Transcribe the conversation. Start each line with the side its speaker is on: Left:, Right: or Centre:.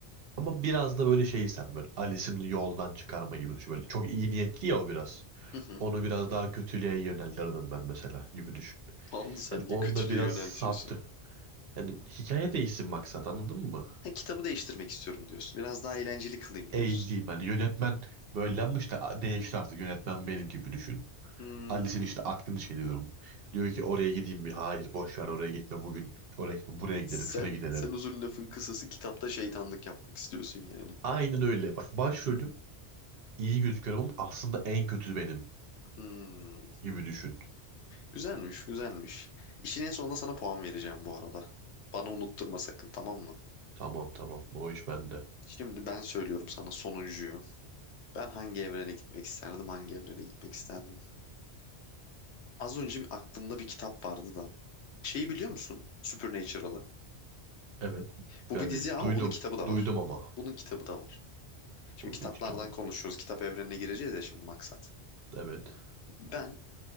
Right: Ama biraz da böyle şey sen böyle Alice'in yoldan çıkarma gibi düşün. Böyle çok iyi niyetli ya o biraz.
Left: Hı hı.
Right: Onu biraz daha kötülüğe yöneltirdim ben mesela gibi düşün.
Left: Tamam da sen
Right: Yani
Left: niye
Right: onda
Left: kötülüğe
Right: biraz
Left: yöneltiyorsun?
Right: saptı. Yani hikaye değişsin maksat anladın mı?
Left: Ha, kitabı değiştirmek istiyorum diyorsun. Biraz daha eğlenceli kılayım
Right: Eğileyim.
Left: diyorsun.
Right: Hani yönetmen böylemiş de değişti artık yönetmen benim gibi düşün.
Left: Hmm.
Right: Alice'in işte aklını şey diyorum. Diyor ki oraya gideyim mi? Hayır boş ver oraya gitme bugün. Oraya gitme buraya gidelim
Left: Sen,
Right: şuna gidelim.
Left: sen uzun lafın kısası kitapta şeytanlık yapmak istiyorsun yani.
Right: Aynen öyle. Bak başrolüm iyi gözüküyorum ama aslında en kötü benim
Left: Hmm.
Right: gibi düşün.
Left: Güzelmiş, güzelmiş. İşin en sonunda sana puan vereceğim bu arada. Bana unutturma sakın, tamam mı?
Right: Tamam tamam. O iş bende.
Left: Şimdi ben söylüyorum sana sonuncuyu. Ben hangi evrene gitmek isterdim, hangi evrene gitmek isterdim? Az önce bir aklımda bir kitap vardı da. Şeyi biliyor musun? Supernatural'ı.
Right: Evet.
Left: Bu
Right: Yani
Left: bir dizi ama
Right: duydum.
Left: bunun kitabı da
Right: Duydum
Left: var.
Right: ama.
Left: Bunun kitabı da var. Şimdi
Right: O
Left: kitaplardan
Right: kitabı.
Left: konuşuyoruz. Kitap evrenine gireceğiz ya şimdi maksat.
Right: Evet.
Left: Ben